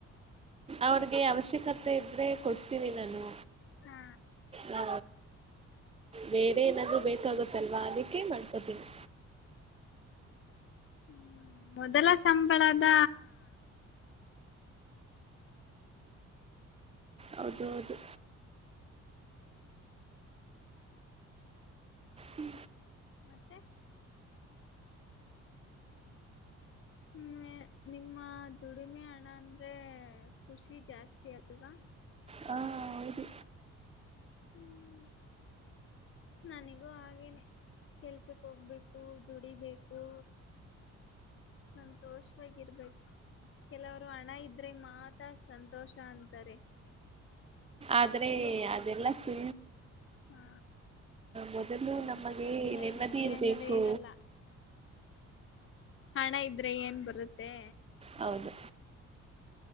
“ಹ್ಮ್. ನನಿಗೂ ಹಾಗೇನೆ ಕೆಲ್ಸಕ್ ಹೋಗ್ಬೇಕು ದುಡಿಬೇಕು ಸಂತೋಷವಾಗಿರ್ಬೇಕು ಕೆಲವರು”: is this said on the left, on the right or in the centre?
Left